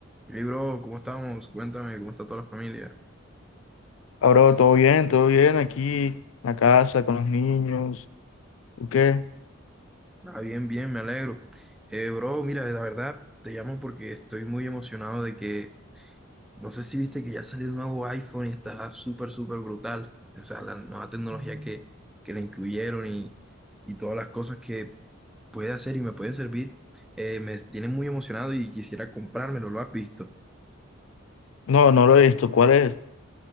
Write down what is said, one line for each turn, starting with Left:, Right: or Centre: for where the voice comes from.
Centre: Hey, bro, ¿cómo estamos? Cuéntame, ¿cómo está toda la familia?
Left: Ahora todo bien, todo bien aquí en la casa con los niños. ¿Tú qué?
Centre: Ah, bien, bien, me alegro. Eh, bro, mira, la verdad, te llamo porque estoy muy emocionado de que, no sé si viste que ya salió el nuevo iPhone y está súper, súper brutal. O sea, la nueva tecnología que, que le incluyeron y, y todas las cosas que puede hacer y me puede servir, eh, me tiene muy emocionado y quisiera comprármelo, ¿lo has visto?
Left: No, no lo he visto. ¿Cuál es?